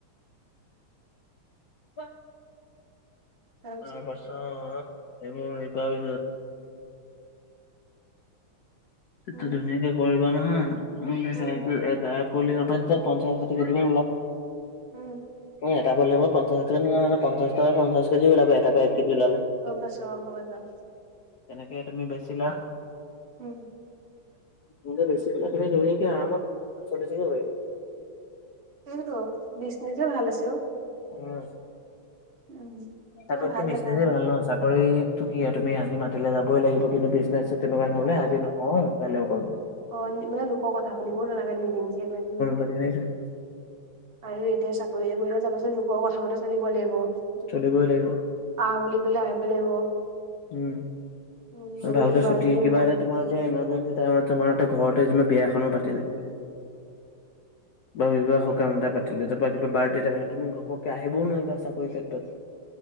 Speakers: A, on the left; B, on the right.
A: <unintelligible>
B: তাৰপিছত
A: তাৰ পাছত এইবোৰ হেৰি পোৱা পিছত সেইটো
B: উম,
A: ধুনীয়াকে কৰিবা নহয়, উ এটাত
B: উম।
A: বলদি‍ংৰ পাত যে পঞ্চাশ ষাঠি কেজিমান উলাব।
B: উম।
A: এটা বেগত পঞ্চাশ কেজি মান পঞ্চা টকা পঞ্চাশ কেজি ওলাব। এটা পৰা এক কেজি ওলালে
B: গম পাইছো অহ, হব‌ দিয়ক
A: তেনেকে তুমি বেচিলা
B: ওম
A: তেনেকে বেছি পেলাই তুমি ধুনীয়াকে আৰামত চলি থাকিব পাৰিবা।
B: এইয়ে তহ, বিজনেজে এহ ভাল আছে। অ
A: উম,
B: উম। তাকে
A: চাকৰিতকে
B: ভাল
A: বিছনেছ
B: জেগা
A: এহ
B: হ'ল
A: ভাল নহ, চাকৰিত তহ কি আৰু তুমি আজি মাতিলে যাবই লাগিব। কিন্তু বিজনেছ তেনেকুৱা নোলাই
B: অ',
A: আজি নকৰো। কালিকে‌ কৰিম
B: অ মানে লোকৰ কথা শুনিবও নালাগে। নিজে নিজে কৰিলে
A: চৰ্দি লাগিছে নেকি?
B: আৰু এতিয়া চাকৰ কৰিলে যাবাচোন লোকৰ কথা মতে চলিব লাগিব।
A: চলিবই লাগিব।
B: আহ বুলি কলে আহবলে লাগিব।
A: উম,
B: উম, যদি
A: ভালকৈ
B: কিবা
A: ছুটি
B: যদি
A: একেবাৰে
B: ইম্পৰ্টেণ্ট
A: তোমাৰ ইয়াৰ ইমাৰ্জেঞ্চি টাইমত তোমাৰটো ঘৰতে যিমান বিয়াখনো পাতিলে। বা সকাম এতা পাতিলে, তাৰপৰা কিবা বাৰ্থডে এটা পাতিলে, তুমি ঘপককে আহিবও নোৱাৰিবা চাকৰি ক্ষেত্ৰত।